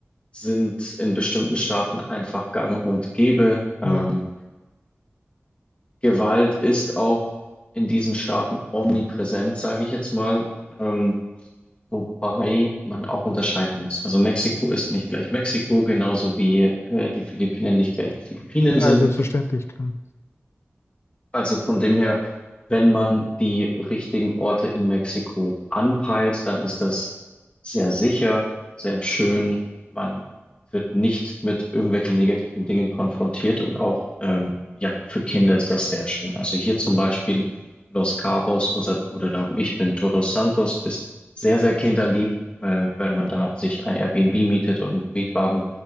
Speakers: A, on the left (about 25°); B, on the left (about 70°).
A: sind in bestimmten Staaten einfach gang und gäbe. Ähm,
B: Ja,
A: Gewalt ist auch in diesen Staaten omnipräsent, sage ich jetzt mal, ähm, wobei man auch unterscheiden muss. Also Mexiko ist nicht gleich Mexiko, genauso wie äh, die Philippinen nicht gleich die Philippinen
B: ja,
A: sind.
B: selbstverständlich, klar.
A: Also von dem her, wenn man die richtigen Orte in Mexiko anpeilt, dann ist das sehr sicher, sehr schön. Man wird nicht mit irgendwelchen negativen Dingen konfrontiert und auch ähm, ja, für Kinder ist das sehr schön. Also hier zum Beispiel Los Cabos oder, oder da, wo ich bin, Todos Santos ist sehr, sehr kinderlieb. Äh, wenn man da sich ein Airbnb mietet und mit Mietwagen